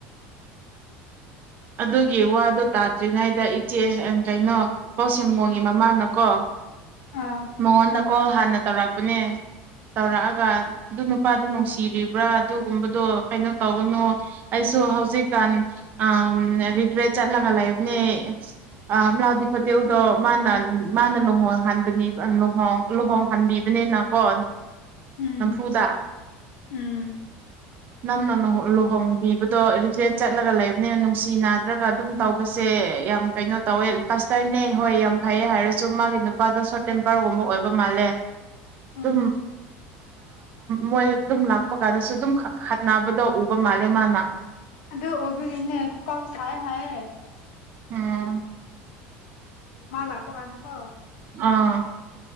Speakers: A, on the right; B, on the left.
A: ꯑꯗꯨꯒꯤ ꯋꯥꯗꯣ ꯇꯥꯗ꯭ꯔꯤꯉꯩꯗ ꯏꯆꯦ ꯀꯩꯅꯣ ꯄꯥꯎꯁꯦꯝꯒꯣꯡꯒꯤ ꯃꯃꯥꯅꯀꯣ
B: ꯑꯥ
A: ꯃꯉꯣꯟꯗ ꯀꯣꯜ ꯍꯥꯟꯅ ꯇꯧꯔꯛꯄꯅꯦ ꯇꯧꯔꯛꯑꯒ ꯑꯗꯨ ꯅꯨꯄꯥꯗꯨ ꯅꯨꯡꯁꯤꯔꯤꯕ꯭ꯔꯥ ꯑꯗꯨꯒꯨꯝꯕꯗꯣ ꯀꯩꯅꯣ ꯇꯧꯒꯅꯨ ꯑꯩꯁꯨ ꯍꯧꯖꯤꯛꯀꯥꯟ ꯎꯝ ꯔꯤꯒ꯭ꯔꯦꯠ ꯆꯠꯂꯒ ꯂꯩꯕꯅꯦ ꯑꯝꯂꯥꯎꯗꯤ ꯍꯣꯇꯦꯜꯗꯣ ꯃꯥꯅ ꯃꯥꯅ ꯂꯨꯍꯣꯡ ꯍꯟꯕꯅꯤ ꯂꯨꯍꯣꯡ ꯂꯨꯍꯣꯡꯍꯟꯕꯤꯕꯅꯤꯅꯀꯣ
B: ꯎꯝ
A: ꯅꯝꯐꯨꯗ
B: ꯎꯝ
A: ꯅꯝꯅ ꯂꯨꯍꯣꯡꯕꯤꯕꯗꯣ ꯑꯗꯨꯁꯦ ꯆꯠꯂꯒ ꯂꯩꯕꯅꯦ ꯁꯤ ꯅꯥꯗ꯭ꯔꯒ ꯑꯗꯨꯝ ꯇꯧꯕꯁꯦ ꯌꯥꯝ ꯀꯩꯅꯣ ꯇꯧꯋꯦ ꯀꯥꯁꯇꯔꯅꯦ ꯍꯣꯏ ꯌꯥꯝ ꯐꯩꯌꯦ ꯍꯥꯏꯔꯁꯨ ꯃꯥꯒꯤ ꯅꯨꯄꯥꯗꯣ ꯁꯣꯔꯠ ꯑꯦꯦꯝ ꯄꯔꯒꯨꯝꯕ ꯑꯣꯏꯕ ꯃꯥꯜꯂꯦ
B: ꯎꯝ
A: ꯎ ꯃꯣꯏ ꯑꯗꯨꯝ ꯂꯥꯛꯄ ꯀꯥꯟꯗꯁꯨ ꯑꯗꯨꯝ ꯈꯠꯅꯕꯗꯣ ꯎꯕ ꯃꯥꯜꯂꯦ ꯃꯥꯅ
B: ꯑꯗꯨꯗꯣ ꯑꯣꯕ ꯀꯅꯦ ꯈꯄꯒ ꯁ ꯍꯥꯏꯦ
A: ꯑꯝ
B: ꯃꯥ ꯂꯥꯛꯄ ꯀꯥꯟꯅꯀꯣ
A: ꯑꯥ